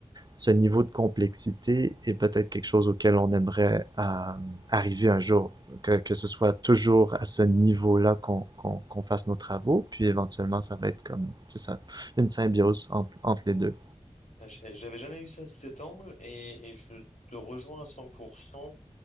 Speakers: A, on the right (about 35°); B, on the left (about 80°).
A: ce niveau de complexité est peut-être quelque chose auquel on aimerait euh, arriver un jour. Que, que ce soit toujours à ce niveau-là qu'on qu'on qu'on fasse nos travaux, puis éventuellement, ça va être comme, c'est ça, une symbiose entre, entre les deux.
B: Bah, j'a- J'avais jamais vu ça sous cet angle et, et je te rejoins à 100%.